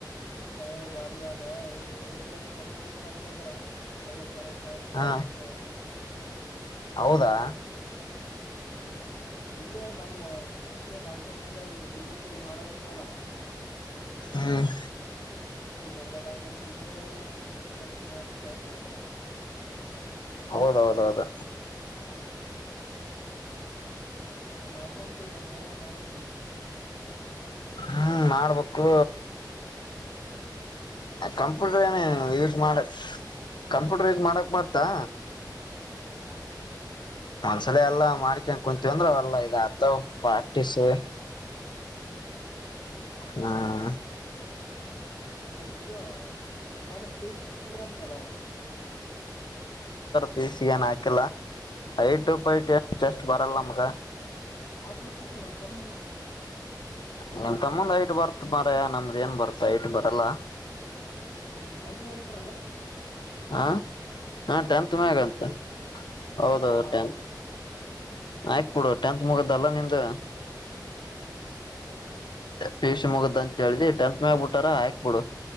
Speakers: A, on the left; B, on the left.
A: ಹೌದ ಬಾರಿ ಅದ ನೀ ಏನಲೆ ಅಂದ ಕಂಪೂಟರ್ ಕಲ್ತ ಅಂದ್ರ ಐವತ್ತು ಅರವತ್ತ ಸಾವಿರ ತನ
B: ಹಾ
A: ಸಂಬಳ ಅದೇ ನೋಡ್
B: ಹೌದಾ
A: ಹ್ಮ್ ಇಲ್ಲೇ ನಮ್ಮ ಇಲ್ಲೇ ಮಾರ್ಕೆಟ್ನಾಗ ಹಿಂಗ ಬಿಲ್ಲು ಪಲ್ ಮಾಡೋದ್ ಇರ್ತವಲ್ಲ
B: ಹ್ಮ್
A: ದೊಡ್ಡ ದೊಡ್ಡ ಅಂಗಡಿದಾಗ ಅಲ್ಲಿ ಇಪ್ಪತ್ತು ಮೂವತ್ತು ಸಾವಿರ ಕೊಡ್ತಾರ ಅವ್ರಿಗೆ
B: ಹೌದೌದೌದು
A: ಆ ಮಾಡ್ಕೊಂತು ಏನರ ಮಾಡ್ವೇಕೀಗ
B: ಹ್ಮ್ ಮಾಡ್ಬೇಕು ಕಂಪ್ಯೂಟರ್ ಏನು
A: ಹಾ
B: ಯೂಸ್ ಮಾಡ ಕಂಪ್ಯೂಟರೈಸ್ ಮಾಡಕ್ ಬರ್ತಾ
A: ಹ್ಮ್ <inaudible>
B: ಒಂದ್ಸಲ ಎಲ್ಲಾ ಮಾಡ್ಕನ್ ಕುಂತೀವಂದ್ರ ಅವಲ್ಲಾ ಇದ ಅದು ಪ್ರಾಕ್ಟೀಸ್
A: ಹ್ಮ್ ಹ್ಮ್
B: ಹ್ಮ್
A: ಮತ್ತ ಇದು ಮನೆ ಪಿಸಿ ಬಿಟ್ಟದ್ರ ಅಂತಲ್ಲ
B: ಪಿಸಿ ಗೆ ಏನ್ ಆಕಿಲ್ಲ ಏಟು ಪಿಟ್ ಬರ್ <unintelligible> ಲ್ಲಗೆ
A: ಹಾಕ್ಬೇಕಲ್ಲ ನಮ್ ತಮ್ಮನ
B: ನಿಮ ತಮ್ಮಂದ ಐಟ್ ಬರ್ತ್ ಮರ ನಮ್ದ ಏನ್ ಬರ್ತ್ ಐಟ್ ಬರಲ್ಲ
A: ಹ್ಮ್ ಕೆಯಾತಿನ ಆಗ್ಬಿಟ್ರಲ್ಲ್ಲ
B: ಆ ಹಾ ಟೆಂತ್ ಮ್ಯಗಂತ
A: ಬಿಟ್ರ ಅಂದ್ರ
B: ಹೌದೌದು
A: ನಾವ ಹಾಕ್ಬೇಕು
B: ಟೆಂತ್ ಆಯಡುತ್ ಮುಗ ಲ್ಲ ನಿಂದು
A: ಹೊಂಡ <inaudible> ಹ ಹಾ <inaudible>
B: ಪಿಸಿ ಮುಗುದ್ ಅಂತ ಹೇಳ್ದಿ ಟೆಂತ್ ಮೇಬ ಬಿಟ್ಟಾರ ಹಾಕ್ಬಿಡು